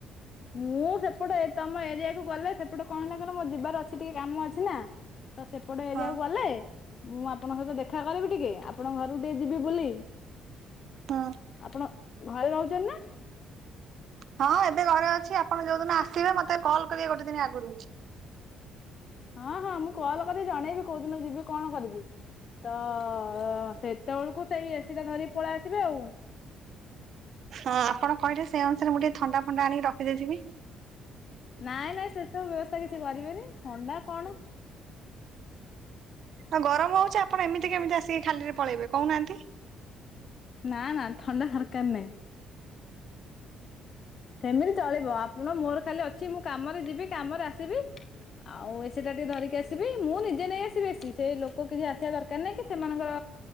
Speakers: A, on the left; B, on the right.
A: ମୁଁ ସେପଟେ ତମ ଏରିଆକୁ ଗଲେ ସେପଟେ କଣ ହେଲା କହିଲ ମୋର ଯିବାର ଅଛି ଟିକେ କାମ ଅଛି ନା। ତ ସେ ପଟ ଏରିଆକୁ
B: ହଁ
A: ଗଲେ ମୁଁ ଆପଣଙ୍କ ସହିତ ଦେଖା କରିବି ଟିକେ। ଆପଣଙ୍କ ଘରକୁ ଟିକେ ଯିବି ବୁଲି।
B: ହଁ
A: ଆପଣ ଘରେ ରହୁଛନ୍ତି ନା?
B: ହଁ ଏବେ ଘରେ ଅଛି। ଆପଣ ଯୋଉ ଦିନ ଆସିବେ ମତେ କଲ୍ କରିବେ ଗୋଟେ ଦିନି ଆଗରୁ।
A: ହଁ ହଁ ମୁଁ କଲ୍ କରିିକି ଜଣେଇବି କୋଉଦିନ ଯିବି କଣ କରିବି। ତ ସେତେବେଳକୁ ସେଇ ଏସି ଟା ଧରିକି ପଳେଇ ଆସିବି ଆଉ।
B: ହଁ ଆପଣ କହିଲେ ସେଇ ଅନୁସାରେ ମୁଁ ଟିକେ ଥଣ୍ଡା ଫଣ୍ଡା ଆଣିକି ରଖିଦେଇଥିବି।
A: ନାଇଁ ନାଇଁ ସେ ସବୁ ବ୍ୟବସ୍ଥା କିଛି କରିବେନି। ଥଣ୍ଡା କଣ
B: ଆ ଗରମ ହଉଚି ଆପଣ ଏମିତି କେମିତି ଆସିକି ଖାଲିରେ ପଳେଇବେ କହୁନାହାନ୍ତି।
A: ନା ନା ଥଣ୍ଡା ଦରକାର ନାହିଁ। ସେମିତି ଚଳିବ। ଆପଣ ମୋର ଖାଲି ଅଛି ମୁଁ କାମରେ ଯିବି କାମରେ ଆସିବି। ଆଉ ଏସି ଟା ଟିକେ ଧରିକି ଆସିବି। ମୁଁ ନିଜେ ନେଇ ଆସିବି ଏସି। ସେ ଲୋକ କିଛି ଆସିବା ଦର୍ କାର୍ ନାହିଁ କି ସେମାନଙ୍କର